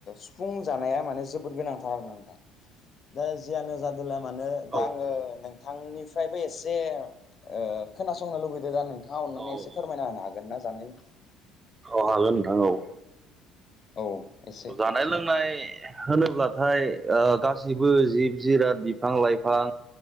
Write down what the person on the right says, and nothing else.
औ
औ
औ हागोन नोंथां औ
जानाय लोंनाय होनोब्लाथाय गासिबो जिब जिराद बिफां लाइफां